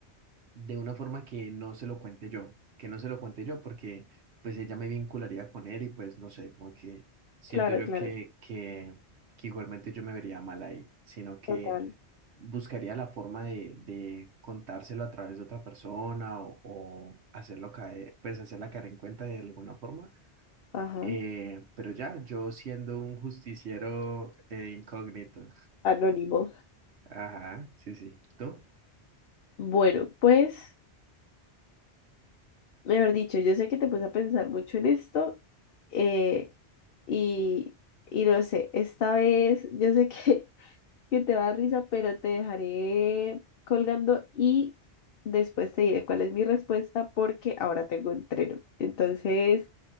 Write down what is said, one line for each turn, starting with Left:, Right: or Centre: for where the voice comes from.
Right: de una forma que no se lo cuente yo, que no se lo cuente yo porque pues ella me vincularía con él y pues no sé, como que siento
Left: Claro,
Right: yo
Left: claro.
Right: que, que, que igualmente yo me vería mal ahí, sino que
Left: Total.
Right: buscaría la forma de, de contárselo a través de otra persona o, o hacerlo caer, pues hacerla caer en cuenta de alguna forma.
Left: Ajá.
Right: Eh, pero ya, yo siendo un justiciero eh, incógnito.
Left: Anónimo.
Right: Ajá, sí, sí. ¿Tú?
Left: Bueno, pues, mejor dicho, yo sé que te puse a pensar mucho en esto eh, y, y no sé, esta vez yo sé que que te va a dar risa, pero te dejaré colgando y después te diré cuál es mi respuesta porque ahora tengo entreno. Entonces,